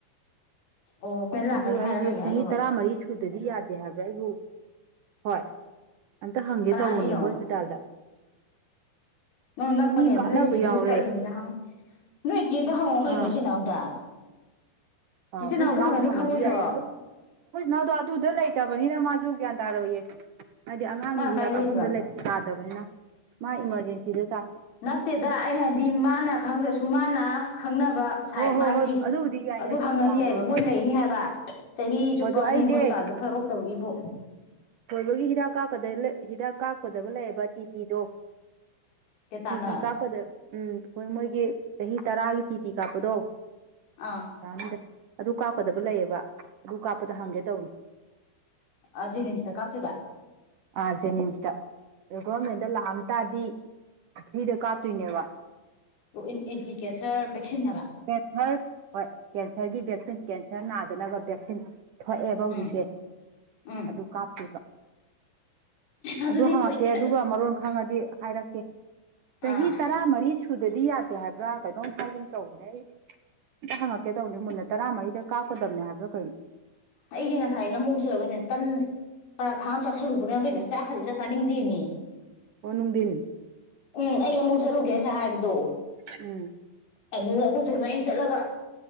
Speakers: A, on the left (about 55°); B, on the right (about 75°).
A: ꯑꯣ ꯃꯦꯟ ꯂꯥꯛꯀꯅꯤ
B: ꯑꯗꯨ
A: ꯍꯥꯏꯔ
B: ꯑꯩꯖꯦ
A: ꯀꯩ
B: ꯆꯍꯤ
A: ꯍꯥꯏꯅꯣꯕ
B: ꯇꯔꯥꯃꯔꯤ ꯁꯨꯗꯗꯤ ꯌꯥꯗꯦ ꯍꯥꯏꯕ꯭ꯔꯥ ꯑꯩꯕꯨ ꯍꯣꯏ ꯑꯝꯇ ꯍꯪꯒꯦ
A: ꯀꯅꯥ
B: ꯇꯧꯕꯅꯦ
A: ꯍꯥꯏꯔꯛꯏꯅꯣ
B: ꯍꯣꯁꯄꯤꯇꯥꯜꯗ
A: ꯅꯪ ꯅꯛꯄꯅꯦ
B: ꯃꯤ
A: ꯑꯗꯨ
B: ꯀꯥꯞꯅꯕ
A: ꯅꯣꯏ ꯏꯆꯦꯖꯨ
B: ꯌꯥꯎꯔꯦ
A: ꯆꯠꯂꯤꯅꯤꯅ ꯍꯪ ꯅꯣꯏ ꯏꯆꯦꯗ ꯍꯪꯉꯣ ꯀꯩꯅꯣ
B: ꯑꯥ
A: ꯏꯆꯦꯅꯥꯎꯗ
B: ꯑ
A: ꯏꯆꯦꯅꯥꯎꯗ
B: ꯑꯩꯈꯣꯏ ꯆꯤꯅꯥꯎꯗ
A: ꯍꯪꯉꯗꯤ
B: ꯍꯪꯉꯁꯨ
A: ꯈꯪꯉꯣꯏꯗ꯭ꯔꯣ
B: ꯌꯥꯏꯌꯦ ꯑꯗꯣ ꯑꯩꯈꯣꯏ ꯏꯆꯦꯅꯥꯎꯗꯣ ꯑꯗꯨꯗ ꯂꯩꯇꯕꯅꯤꯅ ꯃꯥꯁꯨ ꯒ꯭ꯌꯥꯟ ꯇꯥꯔꯣꯏꯌꯦ ꯍꯥꯏꯗꯤ ꯑꯉꯥꯡꯒꯤ
A: ꯃꯥꯅ
B: ꯍꯤꯗꯥꯛꯀꯥꯞꯐꯝꯗ
A: ꯀꯥꯏ ꯂꯩꯔꯤꯕ
B: ꯂꯩ ꯇꯥꯗꯕꯅꯤꯅ ꯃꯥ ꯏꯃꯔꯖꯦꯟꯁꯤꯗ ꯇꯥ
A: ꯅꯠꯇꯦꯗ ꯑꯩ ꯍꯥꯏꯗꯤ ꯃꯥꯅ ꯈꯪꯗ꯭ꯔꯁꯨ ꯃꯥꯅ ꯈꯪꯅꯕ ꯁꯥꯏꯠ
B: ꯍꯣꯏ ꯍꯣꯏ
A: ꯃꯥꯒꯤ
B: ꯍꯣꯏ ꯑꯗꯨꯕꯨꯗꯤ ꯌꯥꯏ
A: ꯑꯗꯨ
B: ꯌꯥꯏ
A: ꯍꯪꯉꯅꯤ
B: ꯄꯥꯎ
A: ꯌꯥꯏꯕ
B: ꯂꯧꯕ
A: ꯃꯣꯏ ꯂꯩꯅꯤ ꯍꯥꯏꯕ ꯆꯍꯤ ꯆꯨꯞꯄꯥ
B: ꯍꯣꯏ ꯑꯗꯣ
A: ꯃ
B: ꯑꯩꯁꯦ
A: ꯃꯤ ꯍꯣꯁꯄꯤꯇꯥꯜꯗ ꯊꯕꯛ ꯇꯧꯔꯤꯕꯨ
B: ꯊꯣꯏꯕꯒꯤ ꯍꯤꯗꯥꯛ <unintelligible> ꯍꯤꯗꯥꯛ ꯀꯥꯞꯀꯗꯕ ꯂꯩꯌꯦꯕ ꯇꯤ ꯇꯤꯗꯣ <unintelligible>
A: ꯇꯦꯇꯥꯅꯁ
B: ꯎꯝ ꯑꯩꯈꯣꯏ ꯃꯣꯏꯒꯤ ꯆꯍꯤ ꯇꯔꯥꯒꯤ ꯇꯤ ꯇꯤ ꯀꯥꯞꯄꯗꯣ
A: ꯑꯥ
B: <unintelligible> ꯑꯗꯨ ꯀꯥꯞꯀꯗꯕ ꯂꯩꯌꯦꯕ ꯑꯗꯨ ꯀꯥꯞꯄꯗ ꯍꯪꯒꯦ ꯇꯧꯅꯤ
A: ꯑ ꯖꯤꯅꯤꯝꯁ ꯇ ꯀꯥꯞꯇꯣꯏꯕ
B: ꯑꯥ ꯖꯦꯅꯤꯝꯁꯇ ꯑ ꯒꯣꯔꯔꯃꯦꯟꯗ ꯂꯥꯛꯑꯝ ꯇꯥꯔꯗꯤ ꯐ꯭ꯔꯤꯗ ꯀꯥꯞꯇꯣꯏꯅꯦꯕ
A: ꯑꯣ ꯏꯟ ꯑꯦꯟꯇꯤ ꯀꯦꯟꯁꯔ ꯚꯦꯛꯁꯤꯟ ꯍꯥꯏꯕ
B: ꯀꯦꯟꯁꯔ ꯍꯣꯏ ꯀꯦꯟꯁꯔꯒꯤ ꯚꯦꯛꯁꯤꯟ ꯀꯦꯟꯁꯔ ꯅꯥꯗꯅꯕ ꯚꯦꯛꯁꯤꯟ ꯊꯣꯛꯑꯦꯕ ꯍꯧꯖꯤꯛꯁꯦ
A: ꯎꯝ ꯎꯝ
B: ꯑꯗꯨ ꯀꯥꯞꯇ꯭ꯔꯤꯕ
A: ꯑꯗꯨꯗꯤ
B: ꯑꯗꯨ ꯍꯪꯉꯛꯀꯦ
A: ꯐꯩꯅꯦ
B: ꯑꯗꯨꯒ
A: ꯑꯁ
B: ꯃꯔꯣꯟ ꯈꯪꯉꯗꯤ ꯍꯥꯏꯔꯛꯀꯦ ꯆꯍꯤ
A: ꯑꯥ
B: ꯇꯔꯥꯃꯔꯤ ꯁꯨ ꯁꯨꯗ꯭ꯔꯗꯤ ꯌꯥꯗꯦ ꯍꯥꯏꯕ꯭ꯔ ꯀꯩꯅꯣꯝ ꯍꯥꯏꯒꯨꯝ ꯇꯧꯕ ꯑꯩ ꯇ ꯍꯪꯉꯛꯀꯦ ꯇꯧꯅꯤ ꯃꯨꯟꯅ ꯇꯔꯥꯃꯔꯤꯗ ꯀꯥꯞꯀꯗꯕꯅꯦ ꯍꯥꯏꯕ꯭ꯔꯥ ꯀꯩꯅꯣ
A: ꯑꯩꯗꯤ ꯉꯁꯥꯏ <unintelligible> ꯇꯟ ꯄꯔꯥꯊꯥ ꯑꯃ ꯆꯥꯥꯁꯜꯂꯨꯕꯅꯔ ꯀꯩꯅꯣ ꯆꯥꯛꯀꯁꯤ ꯏꯆꯥ ꯆꯥꯅꯤꯡꯗꯦꯃꯤ
B: ꯑꯣ ꯅꯨꯡꯗꯤꯟ
A: ꯎꯝ ꯑꯩ ꯂꯃꯨꯛ ꯆꯠꯂꯨꯒꯦ ꯉꯁꯥꯏ ꯍꯥꯏꯕꯗꯣ
B: ꯎꯝ
A: ꯑꯗꯨꯗ ꯑꯩꯈꯣꯏꯊꯣꯏ ꯏꯕꯥꯟꯅꯤ ꯆꯠꯂꯒ